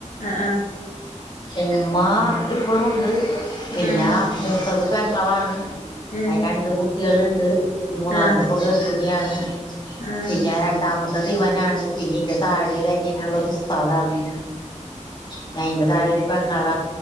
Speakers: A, on the left; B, on the left.
A: ആഹ് ആഹ്.
B: ഉമ്മ ഇപ്പളും ഉണ്ട് പിന്നാ
A: ആഹ്
B: മൂത്തത് പെങ്ങളാണ്
A: ഉം ഉം
B: അയ്ന് രണ്ട് കുട്ടിയേള്ണ്ട്. മൂന്നാമത്ത
A: ആഹ്
B: പ്പ ഗർഭിണിയാണ്.
A: ആഹ്
B: പിന്നെ രണ്ടാമ ത്ത ദിവനാണ്. പിന്നെ ഈന്റെ താഴൊരനിയനുള്ളത് ഉസ്താദാണ്. പിന്നയ്ന്റെ താഴൊരു പെങ്ങള